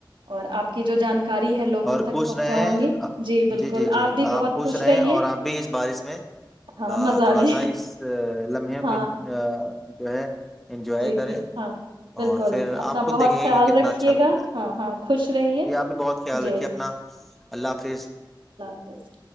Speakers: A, on the right; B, in the centre.
A: اور آپ کی جو جانک کاری ہے لوگوں
B: اور
A: تک
B: خوش
A: پہنچاؤ
B: رہیں
A: گے جی بالکل
B: جی جی
A: بھی
B: آپ
A: بہت
B: خوش رہیں
A: رہیے
B: اور آپ بھی اس بارش میں
A: ہاں مزہ
B: تھوڑا
A: لیں
B: سا اس لمحے
A: ہاں
B: کو جو ہے انجوائے
A: جی
B: کریں
A: جی ہاں بالکل
B: اور پھر آپ
A: اپنا
B: خود
A: بہت
B: دیکھیں گے
A: خیال
B: کہ کتنا
A: رکھیے
B: اچھا لگتا
A: گا
B: ہے
A: ہاں ہاں خوش رہیے
B: جی آپ بھی بہت خیال
A: جی
B: رکھیے اپنا اللہ حافظ
A: بس